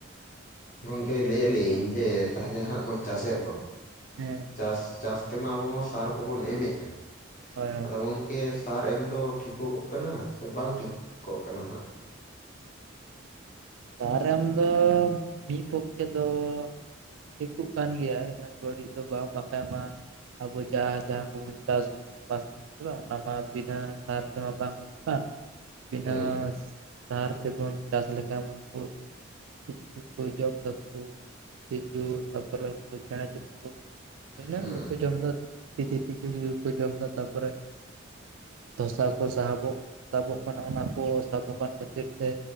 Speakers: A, on the left; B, on the right.
A: ᱜᱚᱝᱠᱮ ᱞᱟᱹᱭᱭᱴᱟ ᱞᱤᱧ ᱡᱮ ᱛᱟᱦᱚᱞᱮ ᱦᱟᱸᱜ ᱵᱚᱱ ᱪᱟᱥᱮᱫ ᱫᱚ᱾
B: ᱦᱮᱸ᱾
A: ᱪᱟᱥ ᱪᱟᱥ ᱛᱮᱢᱟ ᱟᱵᱚ ᱢᱟ ᱥᱟᱨ ᱠᱚᱵᱚᱱ ᱮᱢᱮᱫ ᱫᱚ
B: ᱦᱳᱭ ᱦᱳᱭ
A: ᱟᱫᱚ ᱜᱚᱝ ᱠᱮ ᱥᱟᱨ ᱮᱢ ᱫᱚ ᱴᱷᱤᱠᱚᱜᱚᱜ ᱠᱟᱱᱟ ᱥᱮ ᱵᱟᱝ ᱴᱷᱤᱠᱚᱜ ᱠᱟᱱᱟ ᱦᱟᱸᱜ᱾
B: ᱥᱟᱨ ᱮᱢ ᱫᱚ ᱢᱤᱫ ᱯᱚᱠᱠᱷᱮ ᱫᱚ ᱴᱷᱤᱠᱩᱜ ᱠᱟᱱ ᱜᱮᱭᱟ ᱤᱱᱟᱹ ᱵᱟᱹᱲᱤᱡ ᱫᱚ ᱵᱟᱝ ᱵᱟᱠᱷᱟᱡ ᱵᱟᱝ ᱾ ᱟᱵᱚ ᱡᱟᱦᱟᱸ ᱡᱟᱦᱟᱸ ᱠᱚᱵᱚᱱ ᱪᱟᱥ ᱵᱟᱥ ᱮᱫᱟ ᱚᱱᱟ ᱢᱟ ᱵᱤᱱᱟᱹ ᱥᱟᱨ ᱛᱮᱢᱟ ᱵᱟᱝ ᱦᱩᱭᱩᱜ ᱠᱟᱱ᱾ ᱵᱤᱱᱟᱹ
A: ᱦᱩᱸ ᱦᱩᱸ
B: ᱥᱟᱨ ᱛᱮᱵᱚᱱ ᱪᱟᱥ ᱞᱮᱠᱷᱟᱱ ᱩᱱᱠᱩ ᱛᱤᱡᱩ ᱠᱚᱠᱚ ᱡᱚᱢ ᱫᱟᱠᱩ ᱛᱤᱡᱩ ᱛᱟᱯᱚᱨᱮ ᱩᱱᱠᱩ ᱪᱮᱬᱮ ᱪᱟᱠᱩ᱾ ᱦᱩᱭᱱᱟ
A: ᱦᱩᱸ
B: ᱩᱱᱠᱩ ᱠᱩᱠᱚ
A: ᱦᱩᱸ
B: ᱡᱚᱢᱫᱟ ᱛᱤᱛᱤ ᱛᱤᱡᱩ ᱵᱟᱠᱚ ᱡᱚᱢᱫᱟ ᱛᱟᱨᱯᱚᱨᱮ ᱫᱷᱚᱥᱟ ᱠᱚ ᱥᱟᱦᱟᱚᱵᱚᱜ ᱥᱟᱵᱚᱜ ᱠᱟᱱᱟ ᱚᱱᱟ ᱠᱚ ᱥᱟᱵᱚᱜ ᱠᱟᱱ ᱠᱷᱟᱹᱛᱤᱨ ᱛᱮ